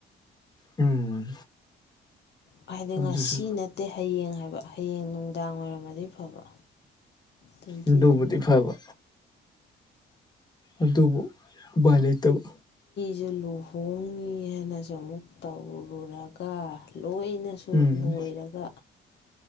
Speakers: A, on the left (about 20°); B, on the left (about 60°).
A: ꯎꯝ
B: ꯍꯥꯏꯗꯤ
A: ꯑꯗꯨꯁꯨ
B: ꯉꯁꯤ ꯅꯠꯇꯦ ꯍꯌꯦꯡ ꯍꯥꯏꯕ ꯍꯌꯦꯡ ꯅꯨꯡꯗꯥꯡ ꯑꯣꯏꯔꯝꯃꯗꯤ ꯐꯕ ꯇ꯭ꯋꯦꯟꯇꯤ
A: ꯑꯗꯨꯕꯨꯗꯤ
B: ꯁꯚꯦꯟ
A: ꯐꯕ ꯑꯗꯨꯕꯨ ꯎꯄꯥꯏ ꯂꯩꯇꯕ
B: ꯖꯦ ꯂꯨꯍꯣꯡꯅꯤꯅ ꯍꯥꯏꯅꯁꯨ ꯑꯃꯨꯛ ꯇꯧꯔꯨꯔꯒ ꯂꯣꯏꯅꯁꯨ
A: ꯎꯝ
B: ꯂꯣꯏꯔꯒ